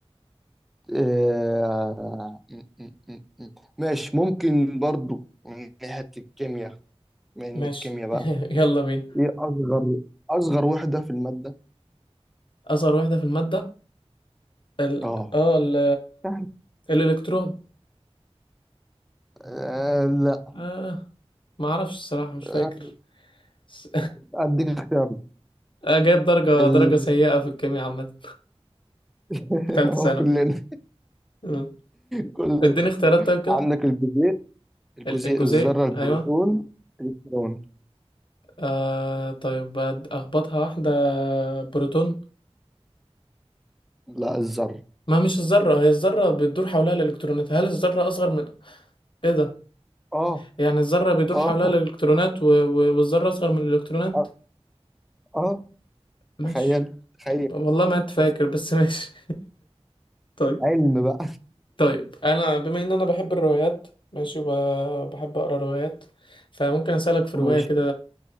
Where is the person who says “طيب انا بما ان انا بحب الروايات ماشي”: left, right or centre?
Left